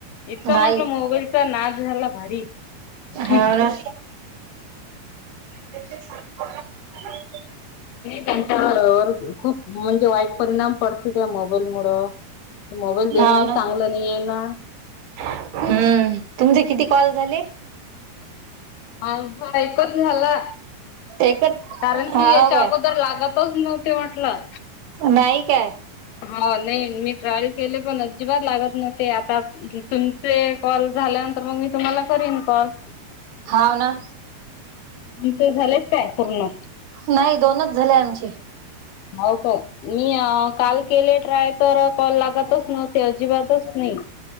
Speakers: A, on the left; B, on the right.
A: इतकं
B: नाही
A: म्हटलं मोबाईल तिचा नाच झाला भारी हूं!
B: हाव ना त्या सांगत <unintelligible>
A: त्यांच्यावर खूप म्हणजे वाईट परिणाम पडतील त्या मोबाईल मुड मोबाईल देणं
B: हाव
A: चांगलं नाही ये ना
B: हूं तुमचे किती कॉल झाले?
A: माझं ऐकत झाला
B: एकच
A: कारण
B: हाव
A: की याच्या
B: काय
A: अगोदर लागत. तोच नव्हते म्हटलं
B: नाही काय?
A: हा नही मी ट्रायल केले पण अजिबात लागत नव्हते, आता तुमचे कॉल झाल्यानंतर मग मी तुम्हाला करीन कॉल
B: हाव ना!
A: इचे झालेच काय पूर्ण?
B: नाही दोनच झाले आमची
A: हो का मी अ काल केलेत. ट्राय तर कॉल लागतच नव्हते अजिबातच नाही.